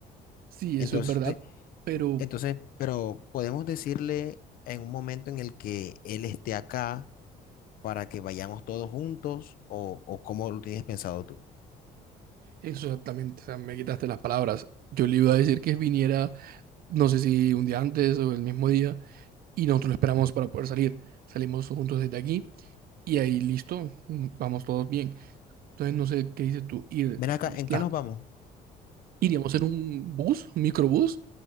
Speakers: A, on the right; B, on the left.
A: Sí,
B: Entonces,
A: eso es verdad. Pero
B: entonces, pero podemos decirle en un momento en el que él esté acá para que vayamos todos juntos o, o cómo lo tienes pensado tú.
A: Exactamente, o sea, me quitaste las palabras. Yo le iba a decir que viniera, no sé si un día antes o el mismo día, y nosotros lo esperamos para poder salir. Salimos juntos desde aquí y ahí listo, mm, vamos todos bien. Entonces no sé qué dices tú, ir,
B: Ven acá, ¿en
A: la,
B: qué nos vamos?
A: iríamos en un bus, un microbús.